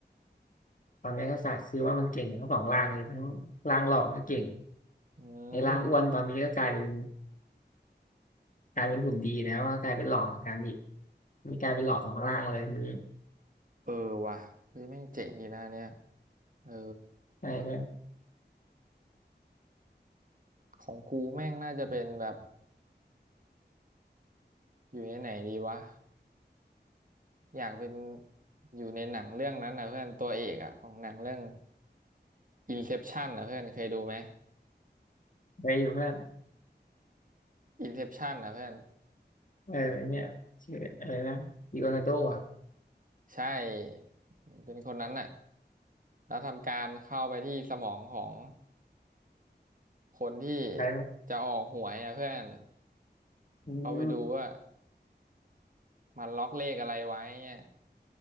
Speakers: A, on the left; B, on the right.
A: ตอนนี้ก็สักคือว่ามันเก่งทั้งสองร่างเลยทั้งร่างหล่อก็เก่ง
B: อื
A: ไอ้ร่างอ้วนตอนนี้ก็กลายเป็น
B: ม
A: กลายเป็นหุ่นดีนะว่ากลายเป็นหล่อเหมือนกันอีกมีกลายเป็นหล่อสองล่างเลยทีนี้
B: เออว่ะเฮ้ยแม่งเจ๋งดีนะเนี่ยเออ
A: ไปเพื่อน
B: ของกูแม่งน่าจะเป็นแบบ อยู่ในไหนดีวะอยากเป็นอยู่ในหนังเรื่องนั้นนะเพื่อนตัวเอกอะของหนังเรื่อง Inception นะเพื่อนเคยดูไหม
A: ไปอยู่เพื่อน
B: Inception นะเพื่อน
A: เออไอเนี่ยชื่ออะไรนะดิโอนาโดอ่ะ
B: ใช่เป็นคนนั้นน่ะแล้วทำการเข้าไปที่สมองของคนที่
A: กลายเปน
B: จะออกหวยนะเพื่อน
A: อืม
B: เข้าไปดูว่ามันล็อกเลขอะไรไว้เนี่ย